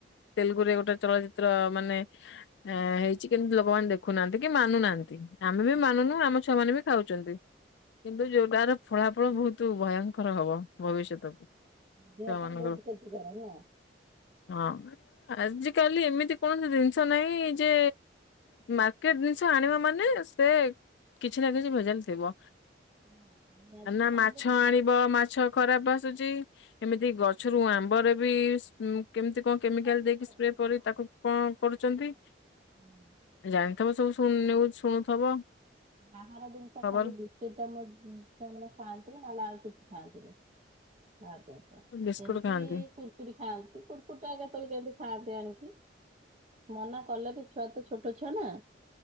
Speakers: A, on the left; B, on the right.
A: ତେଲୁଗୁରେ ଗୋଟେ ଚଳଚିତ୍ର ମାନେ ଏ ହେଇଛି କିନ୍ତୁ ଲୋକମାନେ ଦେଖୁନାହାନ୍ତି କି ମାନୁନାହାନ୍ତି ଆମେ ବି
B: ଆଜ୍ଞା।
A: ମାନୁନୁ ଆମ ଛୁଆ ମାନେ ବି ଖାଉଛନ୍ତି। କିନ୍ତୁ ଯୋଉଟାର ଫଳାଫଳ ବହୁତ ଭୟଙ୍କର ହବ ଭବିଷ୍ୟତକୁ।
B: ଦେହ
A: ଛୁଆ
B: ପାଇଁ
A: ମାନଙ୍କର
B: ବହୁତ କ୍ଷତି କାରକ ହେଲା।
A: ହଁ, ଆଜି କାଲି ଏମିତି କୌଣସି ଜିନିଷ ନାହିଁ ଯେ ମାର୍କେଟ ଜିନିଷ ଆଣିବ ମାନେ ସେ କିଛି ନା କିଛି ଭେଜାଲ ଥିବ।
B: ହଁ ନିହାତି
A: କାହିଁକିନା
B: ଖାଇଲେ
A: ମାଛ
B: ବାହାର
A: ଆଣିବ ମାଛ ଖରାପ ଆସୁଛି। ଏମିତି ଗଛରୁ ଆମ୍ବରେ ବି କେମିତି କଣ କେମିକାଲ
B: ହଁ ସବୁ
A: ଦେଇକି
B: ସବୁ
A: ସ୍ପ୍ରେ କରି
B: ହଁ।
A: ତାକୁ। କଣ କରୁଛନ୍ତି?
B: ହୁଁ।
A: ଜାଣିଥିବ ସବୁ ସୁ ନିୟୁଜ ଶୁଣୁଥିବ।
B: ବାହାର ଜିନିଷ
A: ଖବର
B: ଖାଲି ଦ ସେଇଟା ମୋ ଛୁଆମାନେ ଖାଆନ୍ତିି ନହେଲେ ଆଉ କିଛି ଖାଆନ୍ତିନି <unintelligible> ସେମିତି
A: ବିସ୍କୁଟ ଖାଆନ୍ତି।
B: କୁୁରକୁରି ଖାଆନ୍ତି କୁୁରକୁରିଟା କେତେବେଳେ କେମତି ଖାଆନ୍ତି ଆଣିକି। ମନା କଲେ ବି ଛୁଆ ତ ଛୋଟ ଛୁଆ ନା